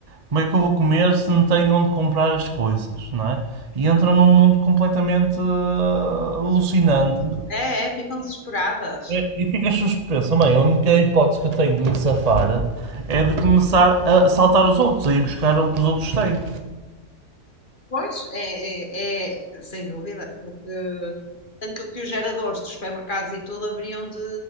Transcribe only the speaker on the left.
É, é, ficam desesperadas.
Pois, é, é, é, sem dúvida, porque tanto que os geradores dos supermercados e tudo haveriam de